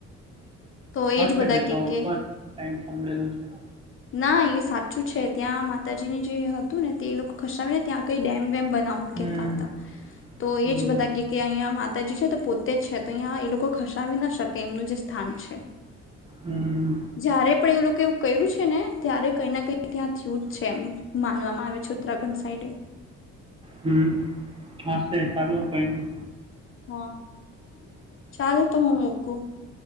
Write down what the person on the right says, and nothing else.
નમસ્તે
મિત્રો,
ફસ્ટ ટાઈમ સાભળેલું છે.
હમ
હમ
હમ
હમ, હશે. ચાલું, કંઈ નહીં.